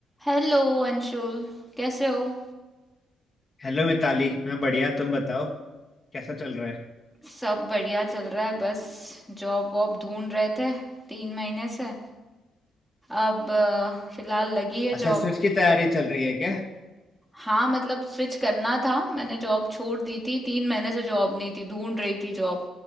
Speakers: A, in the centre; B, on the left.
A: Hello Anshul कैसे हो
B: Hello Mitali मैं बढ़िया तुम बताओ कैसा चल रहा है
A: सब बढ़िया चल रहा है बस जॉब वॉब ढूंढ रहे थे तीन महीने से अब अ, फिलहाल लगी है
B: अच्छा
A: जॉब
B: स्विच की तैयारी चल रही है क्या
A: हाँ मतलब स्विच करना था मैंने जॉब छोड़ दी थी तीन महीने से जॉब नहीं थी ढूंढ रही थी जॉब